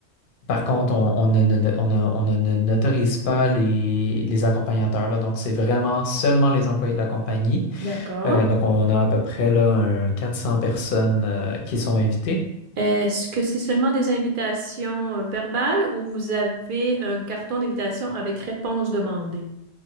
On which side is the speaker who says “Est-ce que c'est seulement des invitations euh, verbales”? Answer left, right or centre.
Right